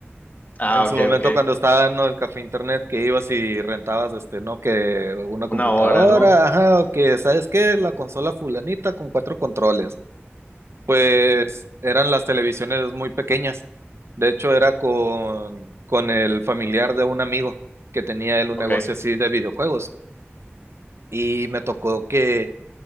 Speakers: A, on the left; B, on the right.
A: Ah,
B: En
A: ok,
B: su momento
A: ok.
B: cuando estaba en el café internet que ibas y rentabas este, ¿no? Que una
A: Una
B: computadora,
A: hora, ¿no?
B: ajá, o que ¿sabes qué? La consola fulanita con cuatro controles. Pues eran las televisiones muy pequeñas. De hecho, era con, con el familiar de un amigo que tenía él un
A: Ok.
B: negocio así de videojuegos. Y me tocó que